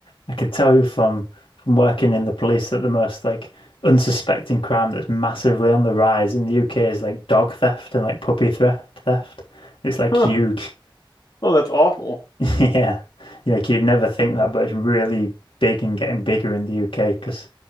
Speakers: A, on the left; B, on the left.
A: I can tell you from from working in the police that the most like unsuspecting crime that's massively on the rise in the UK is like dog theft and like puppy theft. theft. It's like
B: Huh.
A: huge.
B: Oh, that's awful.
A: <laughs> Yeah. Yeah, Like you'd never think that, but it's really big and getting bigger in the UK because